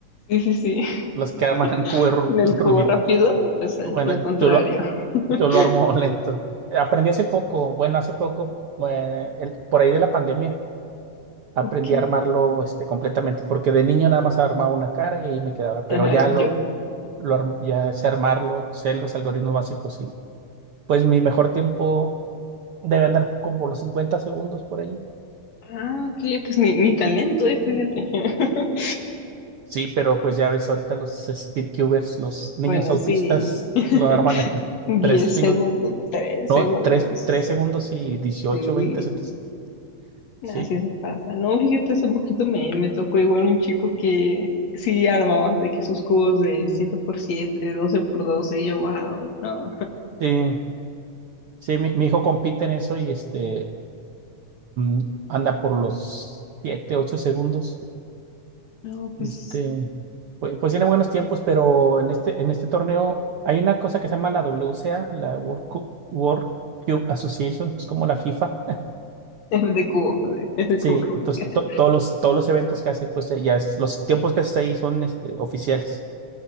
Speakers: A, on the left (about 55°); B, on the right (about 65°).
A: Sí, sí, sí.
B: Los que
A: <laughs>
B: arman <laughs> en cubo Ru-
A: En el
B: <laughs> Rubik.
A: cubo rápido, pues eh,
B: Bueno,
A: lo contrario.
B: yo lo,
A: <laughs>
B: yo lo armo <laughs> lento. Aprendí hace poco, bueno, hace poco, eh, el- por ahí de la pandemia. aprendí
A: Ok.
B: a armarlo este, completamente, porque de niño nada más armaba una cara y ahí me quedaba, pero
A: Ajá,
B: ya
A: yo.
B: lo, lo arm- ya sé armarlo, sé los algoritmos básicos y pues mi mejor tiempo debe andar como los cincuenta segundos por ahí.
A: Ah, ok, pues ni, ni talento, fíjate. <laughs>
B: Sí, pero pues ya ves ahorita los speedcubers, los niños
A: Bueno,
B: autistas
A: sí. <laughs>
B: lo arman en <laughs>
A: diez
B: 3 minutos,
A: segundos, 3
B: no,
A: segundos.
B: tres tres segundos y dieciocho
A: Sí,
B: 20 centímetros.
A: nada,
B: Sí,
A: sí se pasa. No, fíjate, hace poquito me, me tocó igual un chico que sí armaba de que sus cubos de siete por siete, doce por doce y yo, wow, no,
B: sí, sí, mi, mi hijo compite en eso y este mm, anda por los 7 8 segundos.
A: no, pues
B: Este, pues, pues tiene buenos tiempos, pero en este, en este torneo hay una cosa que se llama la WCA, la World Cup, World Cube Association, es como la FIFA.
A: <laughs> es de cubo, de, <laughs> es de
B: Sí,
A: cubo Rubik.
B: entonces
A: <laughs>
B: to- todos los, todos los eventos que hace, pues ya es- los tiempos que hace ahí son este, oficiales.